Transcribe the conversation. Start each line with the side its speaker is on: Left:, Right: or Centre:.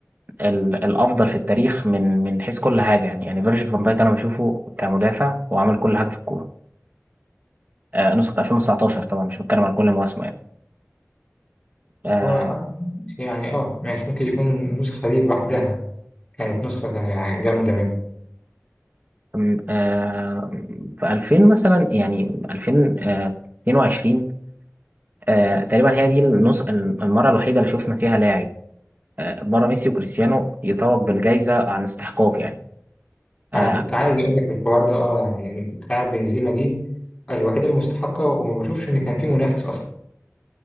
Right: ال الافضل في التاريخ من من حيث كل حاجه يعني يعني فيرجيل فان دايك انا بشوفه كمدافع وعمل كل حاجه في الكوره آه نسخه 2019 طبعا مش بتكلم على كل مواسمه يعني آه،
Left: هو يعني اه ماشي ممكن يكون النسخة دي لوحدها كانت نسخة يعني جامدة منه
Right: أم- آه، في 2000 مثلا يعني 2022 آه، تقريبا هي دي النص المرة الوحيدة اللي شفنا فيها لاعب آه، بره ميسي وكريستيانو يتوج بالجائزة عن استحقاق يعني آه،
Left: أنا كنت عايز أقول لك الحوار ده اه يعني بتاع بنزيما دي الوحيدة المستحقة وما بشوفش إن كان في منافس أصلا